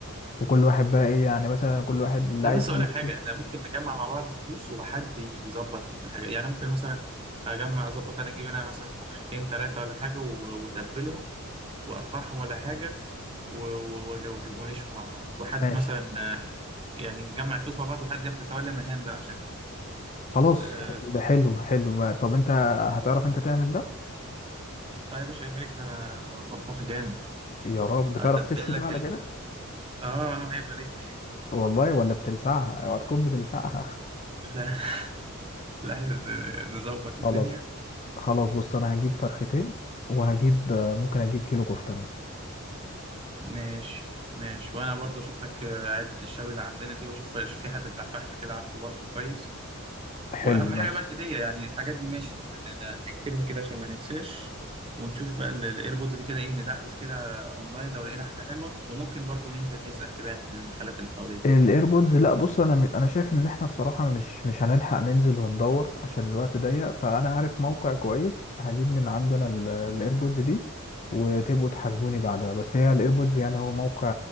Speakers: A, on the left; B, on the right.
A: وكل واحد بقى ايه يعني مثلا كل واحد اللي
B: لا
A: عايز
B: بس
A: يشوي
B: اقول لك حاجة احنا ممكن نجمع مع بعض الفلوس وحد يظبط الحاجة يعني ممكن مثلا اجمع اظبط انا اجيب انا مثلا فرختين ثلاثة ولا حاجة و- واتبلهم واقطعهم ولا حاجة و- و- وج- ونشوي مع بعض وحد
A: ماشي
B: مثلا آه، يعني نجمع الفلوس مع بعض وحد ياخد يتولى مهام بقى عشان
A: خلاص
B: اه
A: ده حلو حلو ما... طب انت هتعرف انت تعمل ده
B: آه يا باشا عيب عليك ده انا طباخ جامد
A: يا راجل بتعرف
B: هتبين
A: تشوي
B: لك
A: بقى على
B: ال...
A: كده
B: اه عيب عليك
A: والله ولا بتلسعها اوعى تكون بتلسعها
B: لا <laughs> لا إحنا ن- نظبط
A: <laughs>
B: الدنيا
A: خلاص خلاص بص انا هجيب فرختين وهجيب آه، ممكن اجيب كيلو كفته مثلا
B: ماشي ماشي وانا برضو اشوف لك آه، عدة الشوي اللي عندنا دي واشوف في حد بتاع فحم كده عارفه برضو كويس
A: حلو
B: واهم
A: ماشي
B: حاجه بقى الهديه يعني الحاجات دي ماشي ن- ن- نكتبها كده عشان ما ننساش ونشوف بقى الايربودز دي كده ايه ندعبس كده اونلاين لو لقينا حاجه حلوه وممكن برضو ننزل نسال كده يعني في المحلات اللي حوالينا
A: الايربودز لا بص انا م- انا شايف ان احنا بصراحه مش مش هنلحق ننزل وندور عشان الوقت ضيق فانا عارف موقع كويس هجيب من عندنا الايربودز دي وتبقوا تحاسبوني بعدها بس هي الايربودز يعني هو موقع